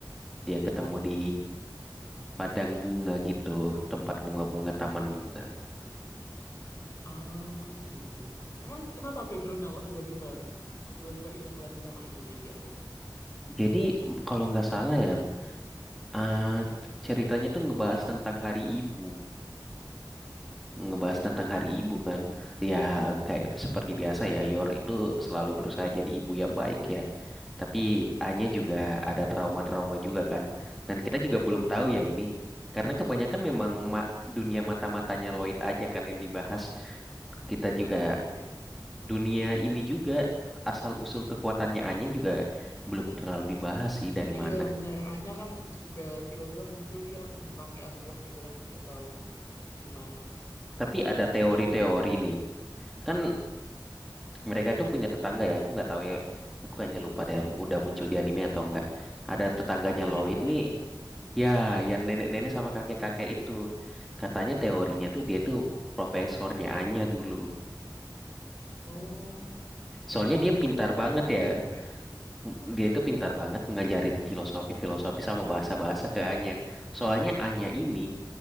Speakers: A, in the centre; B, on the left (about 35°).
A: dia ketemu di padang bunga gitu tempat bunga-bunga taman bunga
B: Ah, gitu. Emang kenapa backgroundnya kok tiba-tiba anu? Tiba-tiba inget lagi sama ibunya si Anya.
A: jadi m- kalau nggak salah ya ah, ceritanya tuh ngebahas tentang Hari Ibu ngebahas tentang Hari
B: Oh,
A: Ibu kan. Ya kayak seperti biasa ya, Yor itu selalu berusaha jadi ibu yang baik ya. Tapi Anya juga ada trauma-trauma juga kan. Dan kita juga belum tahu ya ini. Karena kebanyakan memang ma- dunia mata-matanya Lloyd aja kan yang dibahas. Kita juga
B: iya.
A: dunia ini juga asal-usul kekuatannya Anya juga belum terlalu dibahas sih dari
B: Iya
A: mana.
B: bener, Anya kan juga tiba-tiba muncul dia langsung di panti asuhan gitu kan. Nggak tahu gimana
A: Tapi ada
B: eksperimennya.
A: teori-teori nih. Kan mereka tuh punya tetangga ya aku nggak tahu ya aku kayaknya lupa deh udah muncul di anime atau enggak ada tetangganya
B: Yang nenek-nenek
A: Lloyd nih
B: bukan?
A: ya yang nenek-nenek sama kakek-kakek itu katanya teorinya tuh dia tuh profesornya Anya dulu
B: Oh,
A: soalnya dia
B: wah
A: pintar
B: menarik
A: banget
B: sih kalau
A: ya
B: beneran.
A: M- dia itu pintar banget ngajarin filosofi-filosofi sama bahasa-bahasa ke Anya soalnya Anya ini